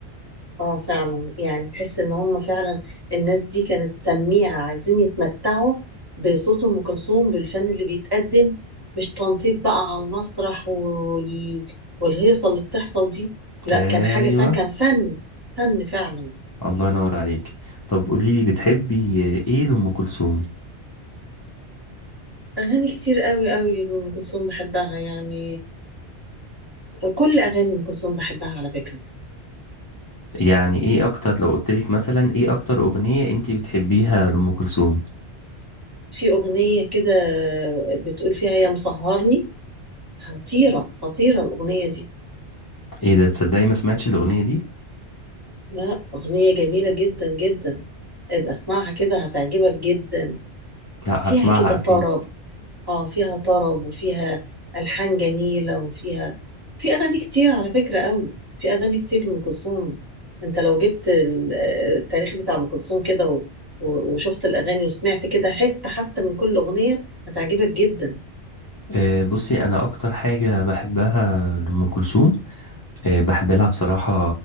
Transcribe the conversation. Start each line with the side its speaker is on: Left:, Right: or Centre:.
Right: اه فعلا يعني تحس ان هم فعلا الناس دي كانت سميعة عايزين يتمتعوا بصوت ام كلثوم بالفن اللي بيتقدم مش تنطيط بقى على المسرح وال... والهيصة اللي بتحصل دي لا
Left: ايوه
Right: كان حاجة فعلا كان فن فن فعلا
Left: الله ينور عليك طب قولي لي بتحبي ايه لأم كلثوم
Right: اغاني كتير قوي قوي ام كلثوم بحبها يعني كل اغاني ام كلثوم بحبها على فكرة
Left: يعني ايه اكتر لو قلتلك مثلا ايه اكتر اغنية انتي بتحبيها لأم كلثوم
Right: في اغنية كده بتقول فيها يا مسهرني خطيرة خطيرة الأغنية دي
Left: ايه ده تصدقي ما سمعتش الاغنية دي
Right: لا أغنية جميلة جدا جدا ابقى اسمعها كده هتعجبك جدا
Left: لا
Right: فيها
Left: هسمعها
Right: كده طرب
Left: اكيد
Right: اه فيها طرب وفيها ألحان جميلة وفيها في أغاني كتير على فكرة قوي في أغاني كتير لأم كلثوم انت لو جبت ال- آه، التاريخ بتاع أم كلثوم كده و- و- وشفت الأغاني وسمعت كده حتة حتى من كل أغنية هتعجبك جدا
Left: أه بصي انا اكتر حاجة بحبها لأم كلثوم أه بحب لها بصراحة